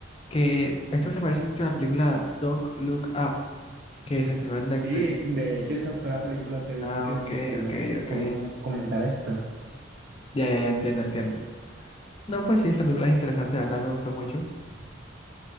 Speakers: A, on the left (about 30°); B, on the right (about 55°).
A: que esto se parece mucho a la película Don't Look Up, que se estrenó en
B: Sí,
A: Netflix.
B: de hecho, esa fue la película que vi
A: Ah,
B: que me
A: ok,
B: inspiró
A: ok, ok,
B: como a comentar esto.
A: ya, ya, ya, entiendo, entiendo. No, pues sí, esa película es interesante, la verdad me gustó mucho,